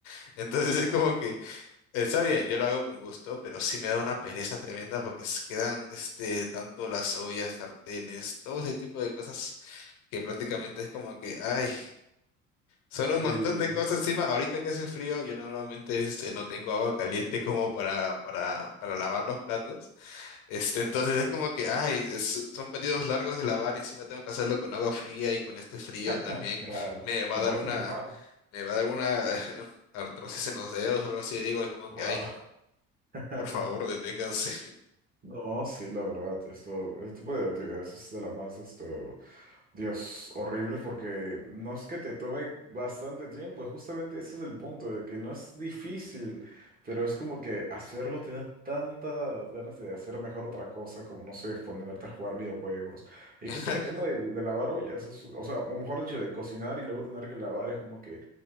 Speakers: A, on the left; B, on the right.
A: <laughs> Entonces es como que, está bien, yo lo hago con gusto, pero sí me da una pereza tremenda porque se quedan, este, tanto las ollas, sartenes, todo ese tipo de cosas que prácticamente es como que, ay. Son un
B: Sí,
A: montón de cosas encima. Ahorita que hace frío, yo normalmente este, no tengo agua caliente como para, para, para lavar los platos. Este, entonces es como que, ay, es- son periodos largos de lavar y encima tengo que hacerlo con agua fría y con este frío
B: <laughs>
A: también.
B: claro.
A: Me va
B: Te
A: a dar
B: puedes
A: una,
B: enfermar.
A: me va a dar una <laughs> artrosis en los dedos o algo así. Digo, es como
B: Wow.
A: que, ay,
B: <laughs>
A: por favor, deténganse.
B: No, sí, la verdad, esto, este tipo de actividades es de las más, esto, Dios, horrible porque no es que te tome bastante tiempo, justamente ese es el punto, de que no es difícil, pero es como que hacerlo te da tantas ganas de hacer mejor otra cosa, como no sé, ponerte a jugar videojuegos. Y
A: <laughs>
B: justo en el tema de, de lavar ollas, es- o sea, o mejor dicho, de cocinar y luego tener que lavar, es como que